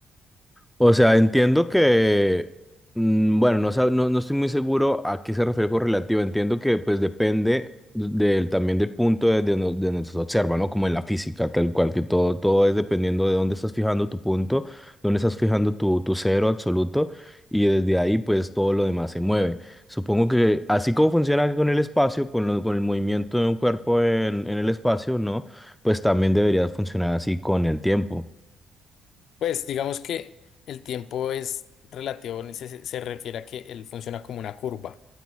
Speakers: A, in the centre; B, on the left.
A: O sea, entiendo que, mm, bueno, no, sab- no, no estoy muy seguro a qué se refiere con relativo. Entiendo que pues depende del, también del punto de, de donde de donde se observa, ¿no? Como en la física, tal cual, que todo, todo es dependiendo de dónde estás fijando tu punto, dónde estás fijando tu, tu cero absoluto, y desde ahí pues todo lo demás se mueve. Supongo que así como funciona con el espacio, con, lo- con el movimiento de un cuerpo en, en el espacio, ¿no? Pues también debería funcionar así con el tiempo.
B: Pues digamos que el tiempo es relativo, en ese- se, se refiere a que él funciona como una curva.